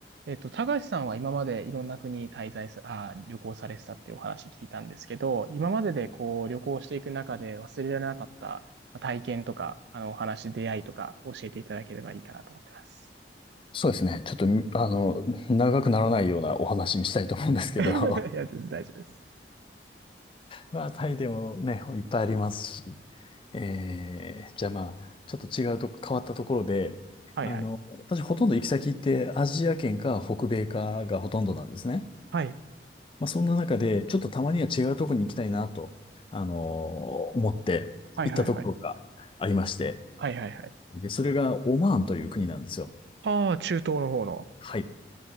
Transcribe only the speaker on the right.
えっと、高橋さんは今までいろんな国滞在さ、あー、旅行されてたっていうお話聞いたんですけど、今まででこう旅行していく中で忘れられなかったまあ体験とか、あのお話、出会いとか教えていただければいいかなと思ってます。
<laughs> い
や、全然大丈夫です。
はいはい。
はい。
はいはいはい。はいはいはい。
ああ、中東の方の。